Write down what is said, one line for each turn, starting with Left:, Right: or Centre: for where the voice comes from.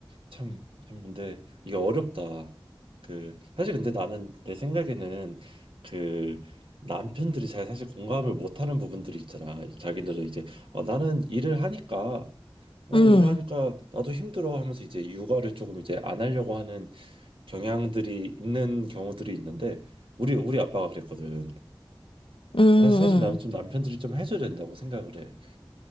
Right: 참, 참, 근데 이게 어렵다. 그, 사실 근데 나는 내 생각에는 그 남편들이 잘 사실 공감을 못하는 부분들이 있잖아. 자기들은 이제 어, 나는 일을 하니까 나는
Left: 음,
Right: 일을 하니까 나도 힘들어 하면서 이제 육아를 조금 이제 안 하려고 하는 경향들이 있는 경우들이 있는데 우리 우리 아빠가 그랬거든.
Left: 음,
Right: 사실
Left: 음.
Right: 나는 좀 남편들이 좀 해줘야 된다고 생각을 해.